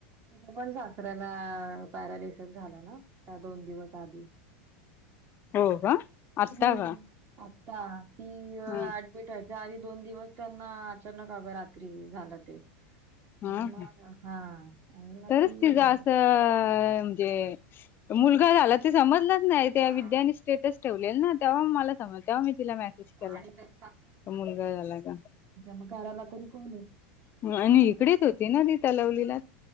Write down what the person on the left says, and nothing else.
हो का आत्ता
का
ह
हा.
ह.
तरीच
तिच
असं म्हणजे मुलग- - गा झाला ते समजलंच नाही. त्या
विद्याने स्टेटस ठेवले ना तेव्हा म मला - समजलं. तेव्हा मग मी तिला मेसेज केला
की
मुलगा झाला का?
आणि
इकडेच होती ना ति तलवलीला.